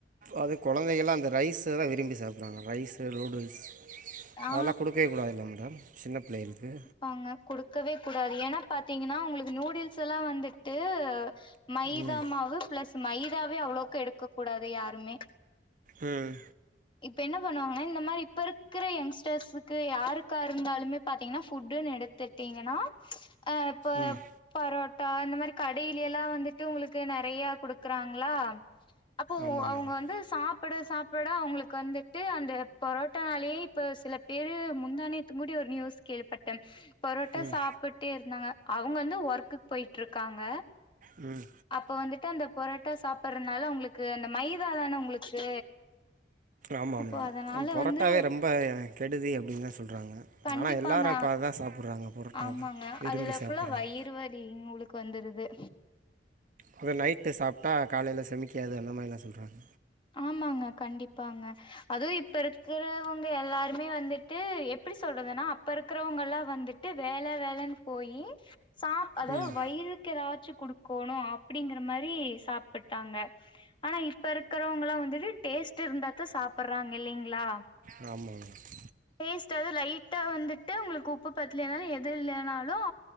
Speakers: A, on the right (about 50°); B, on the left (about 30°).
A: அது குழந்தைகள்லாம் அந்த ரைஸ்ல்லாம் விரும்பி சாப்பிட்றாங்க ரைஸு நூடல்ஸ்
B: ஆ
A: அதெல்லாம் குடுக்கவே கூடாதுல மேடம் சின்ன பிள்ளைகளுக்கு
B: அவங்க குடுக்கவே கூடாது ஏன்னா பாத்தீங்கன்னா உங்களுக்கு நூடுல்ஸ் எல்லாம் வந்துட்டு மைதாமாவ
A: ம்
B: பிளஸ் மைதாவே அவ்ளோக்கு எடுக்க கூடாது யாருமே
A: ம்
B: இப்ப என்ன பண்ணுவாங்கன்னா இந்த மாரி இப்ப இருக்கிற எங்ஸ்டர்ஸ்க்கு யாருக்கா இருந்தாலுமே பாரத்தீங்கன்னா ஃபுட்டுன்னு எடுத்து கிட்டீங்கன்னா அ இப்போ
A: ம்
B: பரோட்டா இந்த மாரி கடையில எல்லாம் வந்துட்டு உங்களுக்கு நிறைய குடுக்குறாங்களா அப்போ
A: ஆமாம்
B: அவுங்க
A: மேடம்
B: வந்து சாப்பிட சாப்பிட அவங்களுக் கு வந்துட்டு அந்த பரோட்டனாலயே இப்போ சில பேர் முந்தானேத்தங்கூட ஒரு நியூஸ் கேள்விபட்டேன் பரோட்டா
A: ம்
B: சாப்பிட்டே இருந்தாங்க அவங்க வந்து ஒர்க்குக்கு போய்ட்டு இருக்காங்க
A: ம்
B: அப்ப வந்துட்டு அந்த பரோட்டா சாப்படுறதுனால உங்களுக்கு அந்த மைதாதானே உங்களுக்கு
A: ஆமாம்
B: அப்போ அதனால
A: மேம் புரோட்டாவே
B: வந்து
A: ரொம்ப கெடுதி அப்டின்னு தான் சொல்றாங்க
B: கண்டிப்பாங்க
A: ஆனா எல்லாரும் இப்ப அதான் சாப்பிட்றாங்க பொரோட்டா
B: ஆமாங்க
A: தான் விரும்பி
B: அதுல
A: சாப்பிட்றாங்க
B: ஃபுல்ல வயிறு வலி உங்களு வந்துருது
A: அ நைட்டு சாப்ட்டா காலையில செமிக்காது அந்த மாரிலாம் சொல்றாங்க
B: ஆமாங்க கண்டிப்பாங்க அதுவும் இப்ப இருக்கிறவங் ங்க எல்லாருமே வந்துட்டு எப்டி சொல்றதுன்னா அப்ப இருக்கிறவங்க எல்லாம் வந்துட்டு வேல வேலன்னு போயி சாப் அதாவது
A: ம்
B: வயிறுக்கு ஏதாச்சும் குடுக்கணும் அப்டிங்கிற மாரி சாப்பிட்டாங்க ஆனா இப்ப இருக்கிறவங்களாம் வந்துட்டு டேஸ்ட் இருந்தாத்த சாப்றாங்க இல்லைங்களா
A: ஆஆமா <unintelligible>
B: டேஸ்ட் லைட்டா வந்துட்டு உங்களுக்கு உப்பு பத்தலனாலும் எது இல்லைனாலும்